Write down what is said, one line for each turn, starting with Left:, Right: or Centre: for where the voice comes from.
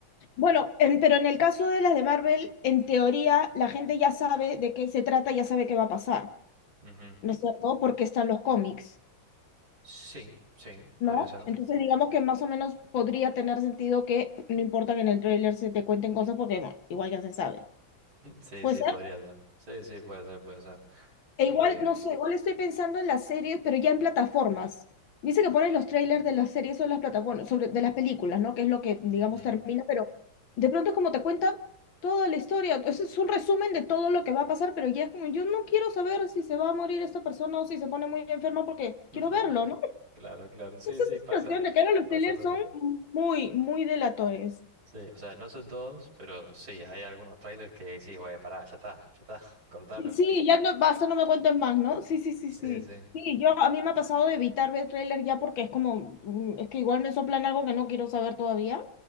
Left: Bueno, en- pero en el caso de las de Marvel, en teoría, la gente ya sabe de qué se trata, ya sabe qué va a pasar,
Right: Ujú.
Left: ¿no es cierto? Porque están los cómics,
Right: Sí, sí, podría
Left: ¿no?
Right: ser.
Left: Entonces, digamos que más o menos podría tener sentido que no importa que en el tráiler se te cuenten cosas porque, bueno, igual ya se sabe.
Right: <laughs> Sí,
Left: Puede
Right: sí,
Left: ser.
Right: podría ser. Sí, sí, puede ser, puede ser.
Left: E
Right: Porque...
Left: igual, no sé, igual estoy pensando en las series, pero ya en plataformas. Dice que pones los trailers de las series o de las plataformas, sobre, de las películas, ¿no? Que es lo que, digamos,
Right: ujú.
Left: termina, pero de pronto es como te cuenta toda la historia. ese es un resumen de todo lo que va a pasar, pero ya es como, yo no quiero saber si se va a morir esta persona o si se pone muy enferma porque
Right: <laughs>
Left: quiero verlo, ¿no?
Right: Claro, claro, sí,
Left: Esa
Right: sí, pasa,
Left: sensación de que ahora los
Right: pasa,
Left: trailers
Right: pasa.
Left: son muy, muy delatores.
Right: Sí, o sea, no son todos, pero sí, hay algunos trailers que sí, güey, pará, ya está, ya está, <laughs> cortalo.
Left: Sí, sí, ya no, basta, no me cuentes más, ¿no? Sí, sí, sí,
Right: Sí,
Left: sí.
Right: sí.
Left: Sí, yo a mí me ha pasado de evitar ver tráiler ya porque es como, mm, es que igual me soplan algo que no quiero saber todavía.